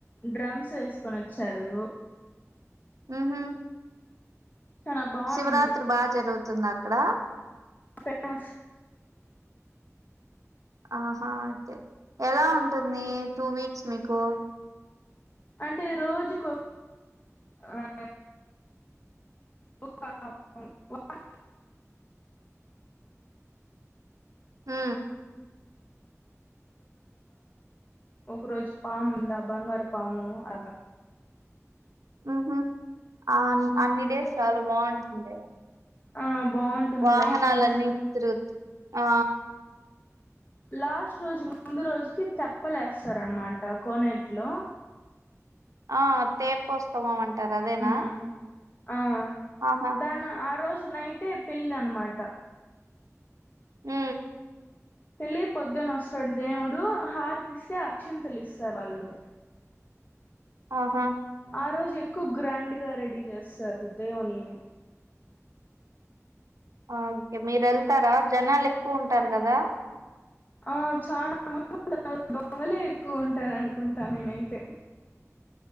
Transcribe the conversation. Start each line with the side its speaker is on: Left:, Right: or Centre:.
Left: డ్రమ్స్ వేసుకొని వచ్చారు
Right: హ్మ్ హు
Left: చాలా బాగుంది
Right: శివరాత్రి బాగా జరుద్ తుంద అక్కడ
Left: ఫేమస్
Right: ఆహా అయితే ఎలా ఉంటుంది టూ వీక్స్ మీకు
Left: అంటే రోజుకు ఆ ఒక అ
Right: ఆ
Left: ఒక రోజు పామ్ంద బంగారు పాము అగా
Right: ఉ హు ఆ అన్నిడే సాలు బాగుంటుంది యే
Left: ఆ బాగుంటుంది
Right: వాహనాలన్నీ
Left: లైటింగ్స్
Right: తీరు ఆ
Left: లాస్ట్ రోజు ముందు రోజుకి తెప్పలే వేస్తారనమాట కోనేట్లో
Right: ఆ తేపు వస్తావాం అం టారు అదేనా
Left: ఉమ్ ఆ
Right: ఆహా
Left: దాని ఆపి ఈ రోజు నైటే పెళ్లి అనమాట
Right: హు
Left: పెళ్లి పొద్దున వస్తాడు దేవుడు హార్ తీస్తే అక్షింతలు ఇస్తారు వాళ్ళు
Right: ఆహా
Left: ఆ రోజు ఎక్కువ గ్రాండ్గా రెడీ చేస్తారు దేవుల్ని
Right: ఆ ఓకే మీరు వెళ్తారా జనాలు ఎక్కువ ఉంటారు కదా
Left: ఆ చాలా దొంగలే ఎక్కువ ఉంటారు అనుకుంటా నేనైతే